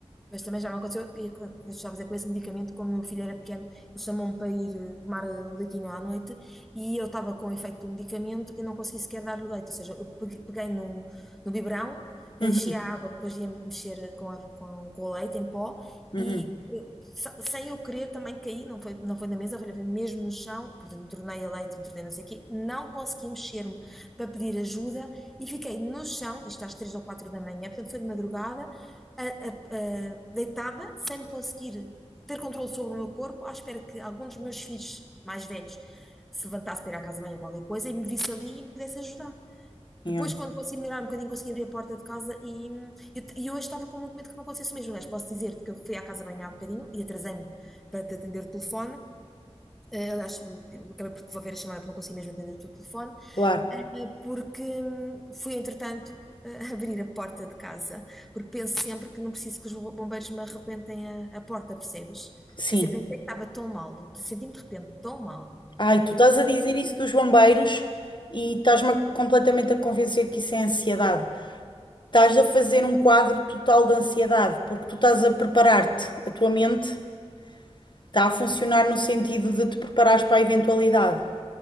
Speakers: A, in the centre; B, on the left.
A: Pois também já me aconteceu, e com- com- estava a dizer com esse medicamento, quando o meu filho era pequeno, ele chamou-me para ir eh, tomar eh, o leitinho à noite e eu estava com o efeito do medicamento e não consegui sequer dar-lhe o leite. Ou seja, eu pegue- peguei no, no biberão, eh,
B: Uhum,
A: enchi a água que depois ia mexer com, a- com, com o leite em pó
B: uhum,
A: e eu, se- sem eu querer também caí, não foi, não foi na mesa, foi mesmo no chão, portanto, entornei a leite, entornei não sei o quê, não consegui mexer-me para pedir ajuda e fiquei no chão, isto às três ou quatro da manhã, portanto foi de madrugada a- a- a- deitada, sem me conseguir ter controle sobre o meu corpo, à espera que algum dos meus filhos mais velhos se levantasse para ir à casa de banho ou qualquer coisa e me visse ali e me pudesse ajudar.
B: yeah,
A: Depois, quando consegui melhorar um bocadinho, consegui abrir a porta de casa e, hum, eu, e hoje estava com muito medo que me acontecesse o mesmo. Aliás, posso dizer-te que eu fui à casa de banho há bocadinho e atrasei-me para te atender o telefone eh, Aliás, acabei por devolver a chamada porque não consegui mesmo atender o teu telefone,
B: claro,
A: eh, porque hum, fui, entretanto, eh, <laughs> abrir a porta de casa, porque penso sempre que não preciso que os bombeiros me arrebentem a, a porta, percebes?
B: sim.
A: Quer dizer, pensei que estava tão mal, senti-me de repente tão mal.
B: Ai, tu estás a dizer isso dos bombeiros e estás-me a- completamente a convencer que isso é ansiedade. Estás a fazer um quadro total de ansiedade, porque tu estás a preparar-te, a tua mente. Está a funcionar no sentido de te preparares para a eventualidade.